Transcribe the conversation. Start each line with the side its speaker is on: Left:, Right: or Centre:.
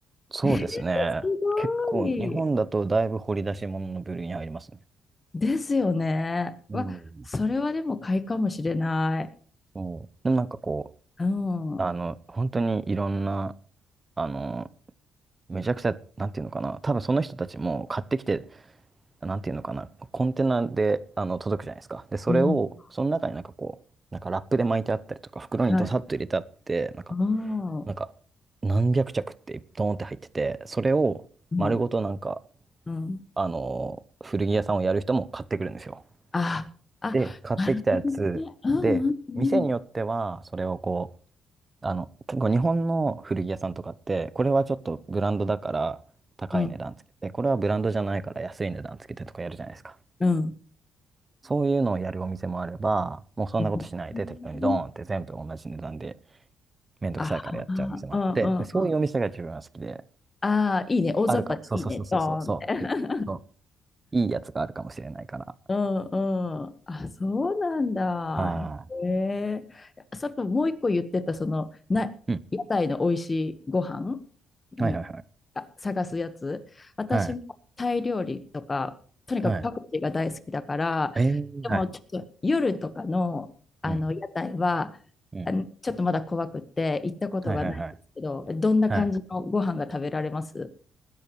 Right: そうですね。
Left: ええすごい。
Right: 結構、日本だとだいぶ掘り出し物の部類に入りますね。
Left: ですよね。
Right: うん。
Left: わ、それはでも買いかもしれない。
Right: そう。でもなんかこ
Left: うん。
Right: う、
Left: うん、
Right: あの、本当にいろんな、あの、めちゃくちゃ、なんていうのかな、多分その人たちも買ってきて、なんていうのかな、コンテナで、あの、届くじゃないですか。で、それを、
Left: は
Right: その中になんかこう、なんかラップで巻いてあったりとか、袋にドサッと入れてあって、
Left: いはい。
Right: なんか、
Left: うん、う
Right: なんか、何百着ってドーンって入ってて、それを丸ごとなんか、
Left: ん、うん。
Right: あの、古着屋さんをやる人も買ってくるんですよ。
Left: あ、あ、
Right: で、買ってきたやつで、
Left: なるほどね。うん、
Right: 店によっては、それをこう、あの、結構日本の古着屋さんとかって、これはちょっとブランドだから高い値段つけて、
Left: うん、
Right: これはブランドじゃないから安い値段つけてとかやるじゃないですか。
Left: うん、うん。
Right: そういうのをやるお店もあれば、もうそんなことしないで適当にドーンって全部同じ値段で
Left: うん。うん
Right: めんどくさいからやっちゃうお店もあって、
Left: ああ、うん、うん、
Right: で、そういうお店が自分は好きで、
Left: うん。ああ、いいね。大雑把でいいね。
Right: あるかも。そうそうそうそうそうそう。
Left: ドーンって。<laughs>
Right: で、そう、いいやつがあるかもしれないから。
Left: うんうん。あ、そうなんだ。
Right: は
Left: へえ。さっきもう一個言ってた、その、な、
Right: ーい。うん。
Left: 屋台の美味しいご飯のあ探すやつ。
Right: はいはいはい。
Left: 私もタイ料理とか、
Right: はい。
Left: とにかくパクチーが大好きだから、
Right: はい。えー、
Left: でもちょっと夜とかの、
Right: はい。
Left: あの屋台は、
Right: うん。うん。
Left: あのちょっとまだ怖くって行ったことがないんですけど、
Right: はいはいはい。
Left: どんな感じのご飯が食べられます
Right: はい。